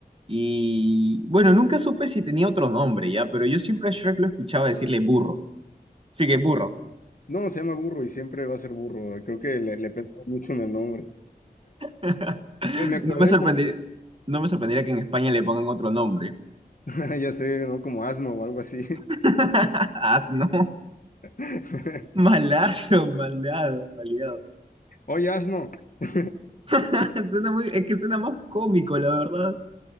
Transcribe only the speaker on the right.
y, bueno, nunca supe si tenía otro nombre, ya, pero yo siempre a Shrek lo escuchaba decirle burro. Así que burro.
<laughs>
No me sorprendería,
no me sorprendería que en España le pongan otro nombre.
<laughs> Asno.
Malazo, malado, maleado.
<laughs> Suena muy, es que suena más cómico, la verdad.